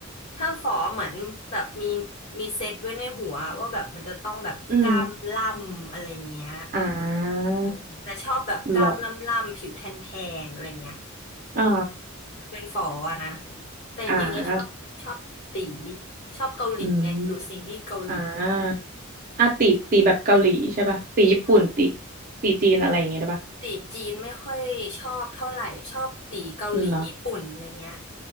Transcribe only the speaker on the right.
อืมอ่า
เหรออ๋อ
อ่า
อืมอ่าอ่าตีตีแบบเกาหลีใช่ป่ะตีญี่ปุ่นตี
ตีจีนอะไรอย่างเงี้ยได้ป่ะ
เหรอ